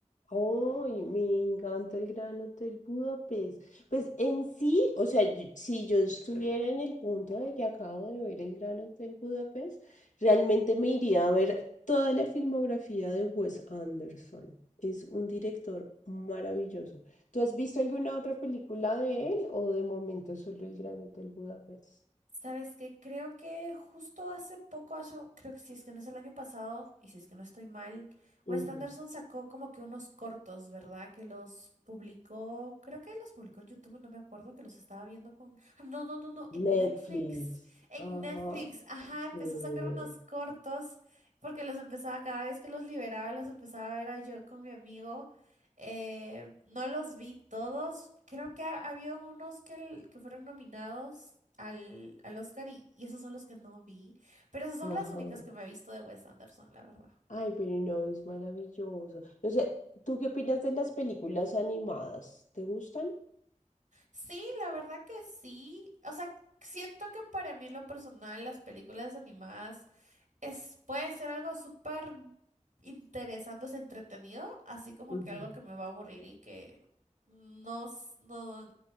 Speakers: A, on the left; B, on the right.
A: ¡Ay, me encanta el Gran Hotel Budapest! Pues en sí, o sea, yo- si yo estuviera en el punto de que acabo de ver el Gran Hotel Budapest, realmente me iría a ver toda la filmografía de Wes Anderson. Es un director maravilloso. ¿Tú has visto alguna otra película de él o de momento solo el Gran Hotel Budapest?
B: ¿Sabes qué? Creo que justo hace poco, hace, creo que si es que no es el año pasado, y si es que no estoy mal, Wes
A: Ujú.
B: Anderson sacó como que unos cortos, ¿verdad? Que los publicó, creo que los publicó en YouTube, no me acuerdo, que los estaba viendo con... Ah, no, no, no, no,
A: Netflix.
B: en Netflix, en
A: Ajá.
B: Netflix, ajá, empezó
A: sí,
B: a sacar unos cortos, porque los empezaba, cada vez que los liberaba, los empezaba a ver a yo con mi amigo. Eh, no los vi todos. Creo que ha, había unos que, el- que fueron nominados al, al Oscar y, y esos son los que no vi. Pero esas son
A: Ajá.
B: las únicas que me he visto de Wes Anderson, la verdad.
A: Ay, pero no, es maravilloso. No sé, ¿tú qué opinas de las películas animadas? ¿Te gustan?
B: Sí, la verdad que sí. O sea, siento que para mí en lo personal las películas animadas es, puede ser algo súper interesante, es entretenido, así como
A: Ujú,
B: que algo que me va a aburrir y que no, s- no,